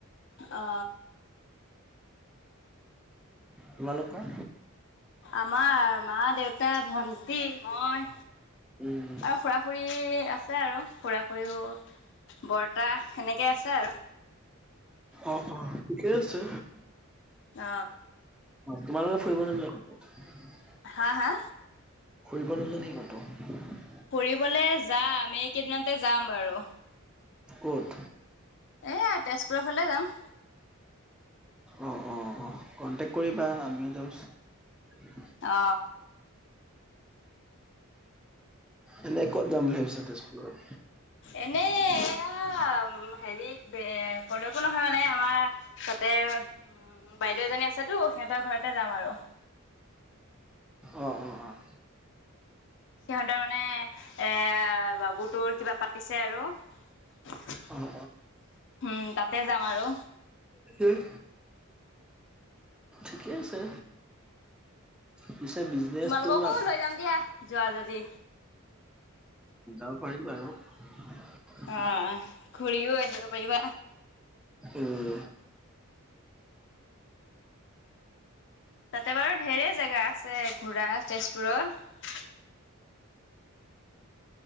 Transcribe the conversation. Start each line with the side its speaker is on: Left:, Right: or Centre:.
Left: অ।
Centre: তোমালোকৰ?
Left: আমাৰ মা, দেউতা, ভন্টি, মই।
Centre: উম।
Left: আৰু খুৰা-খুৰী আছে আৰু খুৰা-খুৰীও। বৰ্তা সেনেকে আছে আৰু।
Centre: অ-অ ঠিকে আছে।
Left: অ।
Centre: তোমালোকে ফুৰিবলে <unintelligible>
Left: হা-হা?
Centre: ফুৰিবলৈ নোযোৱা নি কৌ'তৌ
Left: ফুৰিবলৈ যাম এই কেইদিনতে যাম বাৰু।
Centre: ক'ত?
Left: এ আ তেজপুৰৰ ফালে যাম।
Centre: অ', অ', অ', কণ্টেক্ট কৰিবা আমিও <unintelligible>
Left: অ।
Centre: এনে ক'ত যাম বুলি ভাবিছা তেজপুৰত?
Left: এনেই‌ এ আ আ ম হেৰি ৱে কলৈকো নহয় মানে আমাৰ তাতে এ ও। উম, বাইদেউ এজনী আছেটো সিহঁতৰ ঘৰতে যাম আৰু।
Centre: অ', অ', অ',
Left: সিহঁতৰ মানে এ বাবু তোৰ কিবা পাতিছে আৰু। উম,
Centre: অ', অ',
Left: তাতে যাম আৰু।
Centre: উম, উম। ঠিকে আছে। পিছে বিজনেছটো
Left: তোমালোককো
Centre: আপ
Left: লৈ যাম দিয়া যোৱা যদি।
Centre: অ' পাৰিব বাৰু।
Left: অ, ঘূৰিও আহিব পাৰিবা।
Centre: উম।
Left: তাতে বাৰু ধেৰ জেগা আছে ঘূৰা তেজপুৰত